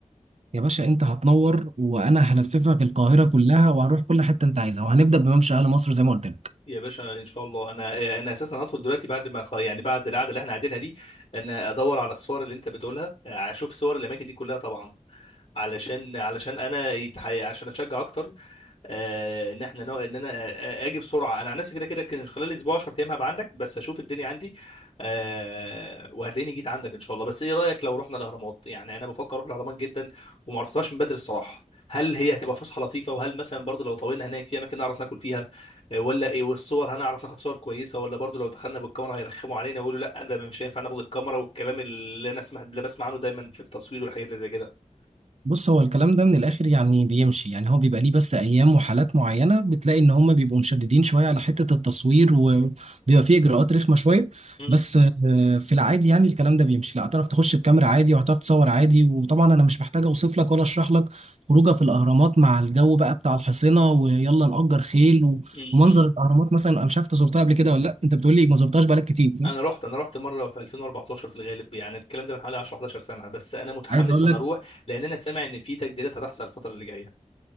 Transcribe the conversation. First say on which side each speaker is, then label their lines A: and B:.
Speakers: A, on the right; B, on the left.
A: يا باشا انت هتنور وانا هلففك القاهره كلها وهنروح كل حته انت عايزها وهنبدا بممشى اهل مصر زي ما قلت لك
B: يا باشا ان شاء الله انا انا اساسا هدخل دلوقتي بعد ما خ- يعني بعد القعده اللي احنا قاعدينها دي انا ادور على الصور اللي انت بتقولها اشوف صور الاماكن دي كلها طبعا علشان علشان انا يتح... عشان اشجع اكتر آه، ان احنا نو... ان انا آه، آه، اجي بسرعه انا عن نفسي كده كده كان خلال اسبوع 10 ايام هبقى عندك بس اشوف الدنيا عندي آه، وهتلاقيني جيت عندك ان شاء الله بس ايه رايك لو رحنا الاهرامات يعني انا بفكر اروح الاهرامات جدا وما رحتهاش من بدري الصراحه هل هي هتبقى فسحه لطيفه وهل مثلا برضو لو طولنا هناك في اماكن نعرف ناكل فيها آه، ولا ايه والصور هنعرف ناخد صور كويسه ولا برضو لو دخلنا بالكاميرا هيرخموا علينا ويقولوا لا ده مش هينفع ناخد الكاميرا والكلام اللي انا سمعت اللي بسمع عنه دايما في التصوير والحاجات اللي زي كده
A: بص هو الكلام ده من الاخر يعني بيمشي يعني هو بيبقى ليه بس ايام وحالات معينه بتلاقي ان هم بيبقوا مشددين شويه على حته التصوير وبيبقى فيه اجراءات رخمه شويه
B: مم،
A: بس آه، في العادي يعني الكلام ده بيمشي لا هتعرف تخش بكاميرا عادي وهتعرف تصور عادي وطبعا انا مش محتاج اوصف لك ولا اشرح لك خروجه في الاهرامات مع الجو بقى بتاع الحصينه ويلا نأجر خيل و-
B: مم،
A: ومنظر الاهرامات مثلا انا مش عارف انت زرتها قبل كده ولا لا انت بتقول لي ما زرتهاش بقالك كتير صح؟
B: انا رحت انا رحت مره في 2014 في الغالب يعني الكلام ده من حوالي 10 11 سنه بس انا متحمس
A: عايز اقول
B: ان
A: لك
B: اروح لان انا سامع ان في تجديدات هتحصل الفتره اللي جايه